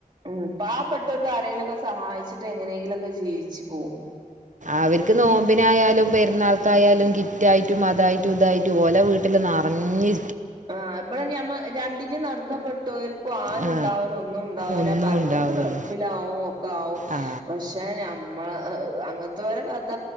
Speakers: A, on the right; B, on the right.
A: ഉം, പാവപ്പെട്ടോർക്ക് ആരെലൊക്കെ സഹായിച്ചിട്ട് എങ്ങനെയെങ്കിലൊക്കെ ജീവിച്ച് പോവും
B: അവര്ക്ക് നോമ്പിനായാലും പെര്ന്നാൾക്കായാലും കിറ്റായിറ്റും അതായിറ്റും ഇതായി ത് ഓലെ വീട്ട്ല് നറഞ്ഞ്
A: ആഹ് ബടെഞമ്മ രണ്ടിന്റേം നടക്ക് പെ ർക്കും ആരുണ്ടാവൂല
B: ആ
A: ഒന്നുണ്ടാവൂല
B: ഒന്നും
A: പറയുന്നോർക്ക്
B: ഉണ്ടാവൂല
A: ഗൾഫിലാവും ഒക്കാവും
B: ആ
A: പഷ് എഹെ ഞമ്മ അഹ് അങ്ങത്തോരെ കഥ